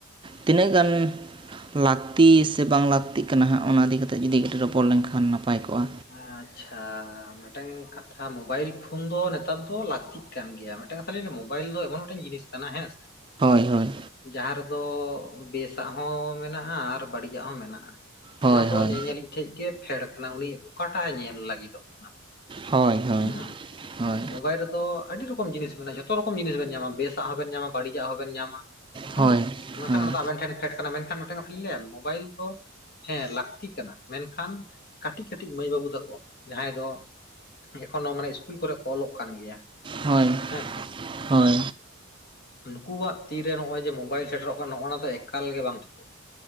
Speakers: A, on the right (about 25°); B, on the left (about 50°).
A: ᱛᱤᱱᱟᱹᱜ ᱜᱟᱱ ᱞᱟᱹᱠᱛᱤ ᱥᱮ ᱵᱟᱝ ᱞᱟᱹᱠᱛᱤᱜ ᱠᱟᱱᱟ ᱦᱟᱸᱜ᱾ ᱚᱱᱟ ᱤᱫᱤ ᱠᱟᱛᱮ ᱡᱩᱫᱤ ᱠᱟᱹᱴᱤᱡ ᱨᱚᱯᱚᱲ ᱞᱮᱱᱠᱷᱟᱱ ᱱᱟᱯᱟᱭ ᱠᱚᱜᱼᱟ᱾
B: ᱟᱸᱪᱷᱟ᱾ ᱢᱤᱫᱴᱟᱝ ᱠᱟᱛᱷᱟ ᱢᱳᱵᱟᱭᱤᱞ ᱯᱷᱳᱱ ᱫᱚ ᱱᱮᱛᱟᱨ ᱫᱚ ᱞᱟᱹᱠᱛᱤᱜ ᱠᱟᱱ ᱜᱮᱭᱟ ᱢᱤᱫᱴᱟᱝ ᱠᱟᱛᱷᱟ ᱞᱤᱧ ᱞᱟᱹᱭᱟ ᱢᱳᱵᱟᱭᱤᱞ ᱫᱚ ᱮᱢᱚᱱ ᱢᱤᱫᱴᱮᱱ ᱡᱤᱱᱤᱥ ᱠᱟᱱᱟ ᱦᱮᱸ ᱥᱮ?
A: ᱦᱳᱭ ᱦᱳᱭ᱾
B: ᱡᱟᱦᱟᱸ ᱨᱮᱫᱚ ᱵᱮᱥᱟᱜ ᱦᱚᱸ ᱢᱮᱱᱟᱜᱼᱟ ᱟᱨ ᱵᱟᱹᱲᱤᱡᱟᱜ ᱦᱚᱸ ᱢᱮᱱᱟᱜᱼᱟ᱾
A: ᱦᱳᱭ
B: ᱚᱱᱟ ᱫᱚ
A: ᱦᱳᱭ
B: ᱧᱮᱧᱮᱞᱤᱡ ᱴᱷᱮᱡ ᱜᱮ ᱯᱷᱮᱰ ᱠᱟᱱᱟ ᱩᱱᱤ ᱚᱠᱟᱴᱟᱜ ᱧᱮᱞ ᱞᱟᱹᱜᱤ ᱫᱚᱜ ᱠᱟᱱᱟ᱾
A: ᱦᱳᱭ ᱦᱳᱭ
B: ᱢᱟ
A: ᱦᱳᱭ
B: ᱢᱳᱵᱟᱭᱤᱞ ᱨᱮᱫᱚ ᱟᱹᱰᱤ ᱨᱚᱠᱚᱢ ᱡᱤᱱᱤᱥ ᱢᱮᱱᱟᱜᱼᱟ ᱡᱷᱚᱛᱚ ᱨᱚᱠᱚᱢ ᱡᱤᱥᱱ ᱧᱟᱢᱟ ᱵᱮᱥᱟᱜ ᱦᱚᱸᱵᱮᱱ ᱧᱟᱢᱟ ᱵᱟᱹᱲᱤᱡᱟᱜ ᱦᱚᱸᱵᱮᱱ ᱧᱟᱢᱟ᱾ ᱦᱩᱸ,
A: ᱦᱳᱭ
B: ᱢᱮᱱᱠᱷᱟᱱ
A: ᱦᱳᱭ
B: ᱚᱱᱟ ᱫᱚ ᱟᱵᱮᱱ ᱴᱷᱮᱱ ᱯᱷᱰ ᱠᱟᱱᱟ ᱢᱮᱱᱠᱷᱟᱱ ᱢᱤᱴᱟᱝ ᱠᱟᱛᱷᱟ ᱞᱤᱧ ᱞᱟᱹᱭᱟ ᱢᱳᱵᱟᱭᱤᱞ ᱫᱚ ᱦᱮᱸ ᱞᱟᱹᱠᱛᱤ ᱠᱟᱱᱟ ᱢᱮᱱᱠᱷᱟᱱ ᱠᱟᱹᱴᱤᱡ ᱠᱟ. ᱴᱤᱡ ᱴᱤᱡ ᱢᱟᱹᱭ ᱵᱟᱹᱵᱩ ᱛᱟᱠᱚ ᱡᱟᱦᱟᱸᱭ ᱫᱚ ᱮᱠᱷᱚᱱᱳ ᱢᱟᱱᱮ ᱤᱥᱠᱩᱞ ᱠᱚᱨᱮ ᱠᱚ ᱚᱞᱚᱜ ᱠᱟᱱ ᱜᱮᱭᱟ᱾
A: ᱦᱳᱭ
B: ᱦᱮᱸ ᱥᱮ᱾
A: ᱦᱳᱭ
B: ᱱᱩᱠᱩᱣᱟᱜ ᱛᱤᱨᱮ ᱱᱚᱜᱼᱚᱭ ᱡᱮ ᱢᱳᱵᱟᱭᱤᱞ ᱥᱮᱴᱮᱨᱚᱜ ᱠᱟᱱᱟ ᱱᱚᱜᱼᱚᱱᱟ ᱫᱚ ᱮᱠᱟᱞ ᱜᱮ ᱵᱟᱝ ᱴᱷᱤᱠᱚᱜ